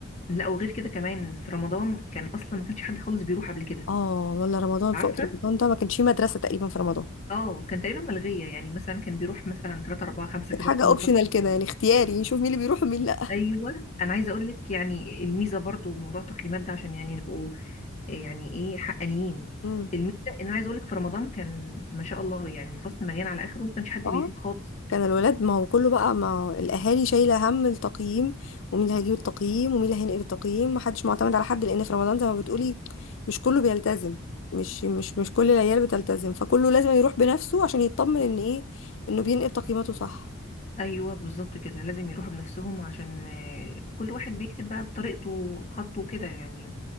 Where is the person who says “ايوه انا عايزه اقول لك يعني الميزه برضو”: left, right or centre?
Left